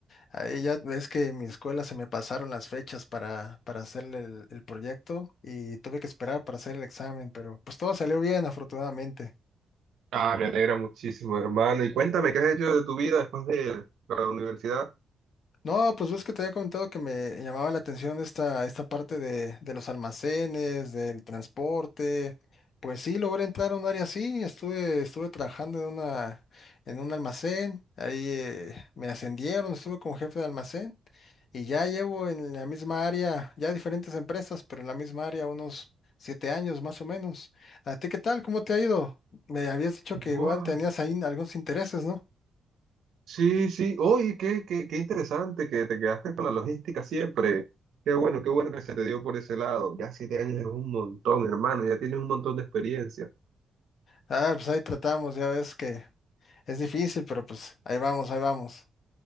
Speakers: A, on the left (about 55°); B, on the right (about 75°).
A: Ahí ya ves que en mi escuela se me pasaron las fechas para, para hacer el, el proyecto y tuve que esperar para hacer el examen, pero pues todo salió bien, afortunadamente.
B: Ah, me alegra muchísimo, hermano. Y cuéntame, ¿qué has hecho de tu vida después de la universidad?
A: No, pues ves que te había comentado que me llamaba la atención esta, esta parte de, de los almacenes, del transporte. Pues sí, logré entrar a un área así, estuve, estuve trabajando en una, en un almacén, ahí eh, me ascendieron, estuve como jefe de almacén y ya llevo en la misma área, ya diferentes empresas, pero en la misma área unos siete años más o menos. ¿A ti qué tal? ¿Cómo te ha ido? Me habías dicho que
B: Buah,
A: igual tenías ahí algunos intereses, ¿no?
B: Sí, sí. Oye, qué, qué, qué interesante que te quedaste con la logística siempre. Qué bueno, qué bueno que se te dio por ese lado. Ya siete años es un montón, hermano. Ya tienes un montón de experiencia.
A: Ah, pues ahí tratamos, ya ves que Es difícil, pero pues ahí vamos, ahí vamos.